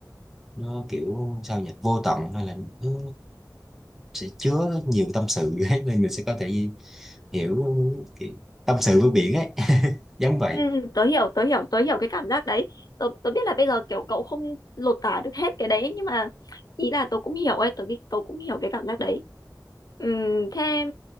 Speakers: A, in the centre; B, on the left (about 60°).
A: nó kiểu sao nhỉ vô tận hay là nó sẽ chứa nhiều tâm sự <laughs> ấy nên mình sẽ có thể hiểu kiểu tâm sự với biển ấy <laughs> giống vậy
B: Ừ. Tớ hiểu, tớ hiểu, tớ hiểu cái cảm giác đấy. Tớ, tớ biết là bây giờ kiểu cậu không lột tả được hết cái đấy nhưng mà ý là tớ cũng hiểu ấy, tớ, biết- tớ cũng hiểu cái cảm giác đấy. Ừ. Thế